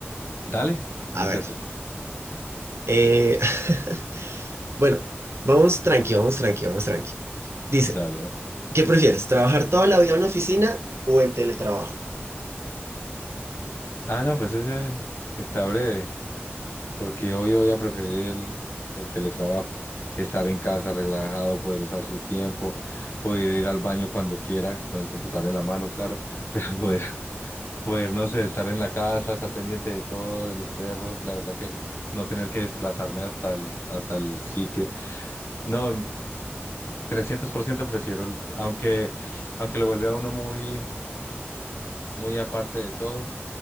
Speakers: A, on the left (about 65°); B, on the right (about 75°).
A: Dale, inicia
B: A ver.
A: tú.
B: eh, <laughs> bueno, vamos tranqui, vamos tranqui, vamos tranqui. Dice,
A: Dale, dale.
B: ¿qué prefieres? ¿Trabajar toda la vida en una oficina o en teletrabajo?
A: Ah, no, pues ese está breve, porque hoy voy a preferir el, el teletrabajo. Estar en casa relajado, poder usar su tiempo, poder ir al baño cuando quieras, con el computador en la mano, claro, pero <laughs> poder, poder, no sé, estar en la casa, estar pendiente de todo, de los perros, la verdad que no tener que desplazarme hasta el, hasta el sitio. No, 300% prefiero, el- aunque, aunque lo vuelve a uno muy, muy aparte de todo,